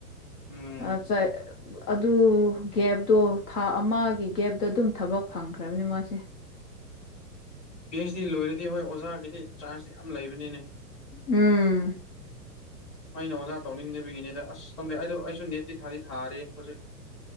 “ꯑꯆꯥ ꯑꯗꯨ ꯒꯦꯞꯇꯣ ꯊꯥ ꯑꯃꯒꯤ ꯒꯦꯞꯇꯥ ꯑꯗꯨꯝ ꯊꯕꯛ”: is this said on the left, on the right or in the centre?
Left